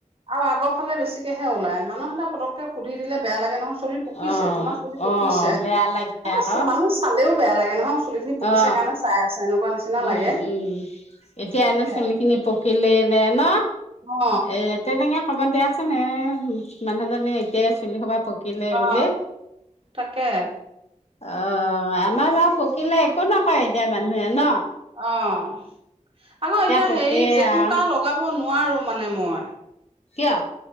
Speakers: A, on the right; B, on the left.
A: আৰু আগৰ ফালে বেছিকেহে ওলাই, মানুহতি পতককে সুধি দিলে বেয়া লাগে ন চুলি পকিছে,
B: অ
A: তোমাৰ চুলি পকিছে
B: অ বেয়া লাগে
A: আৰু
B: আকৌ
A: মানুহ চালেও বেয়া লাগে নহয়। চুলি খিনি পকিছে
B: অ
A: কাৰণে চাই আছে। এনেকুৱা নিচিনা
B: উম
A: লাগে
B: উম, এতিয়া এনে
A: হে
B: চুলিখিনি পকিলে এনে ন।
A: অ
B: এ তেনেকে কবাত দিয়াচোন এ মানুহজনি এতিয়া চুলি খোপা পক কিলে
A: অ
B: বুলে।
A: তাকে
B: অ আমাৰ বাও পকিলে একো নকয় এতিয়া মানুহে ন।
A: অ আকৌ এতিয়া
B: পকে
A: হেৰি জেতুকা
B: আও
A: লগাব নোৱাৰো মানে মই।
B: কিয়?